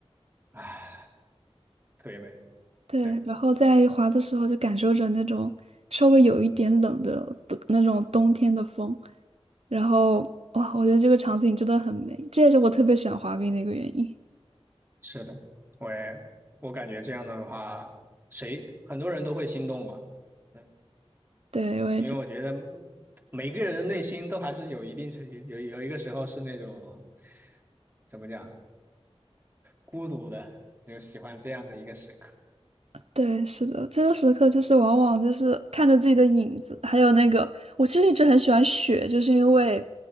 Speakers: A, on the right; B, on the right.
A: 唉，特别美，
B: 对，
A: 对，
B: 然后在滑的时候就感受着那种稍微有一点冷的冬那种冬天的风，然后哇，我觉得这个场景真的很美，这也是我特别喜欢滑冰的一个原因。
A: 是的，我也我感觉这样的话，谁很多人都会心动吧？对，
B: 对，我也觉得，
A: 因为我觉得嗯每个人的内心都还是有一定程有有有一个时候是那种怎么讲孤独的，就喜欢这样的一个时刻。
B: 对，是的，这个时刻就是往往就是看着自己的影子，还有那个，我其实一直很喜欢雪，就是因为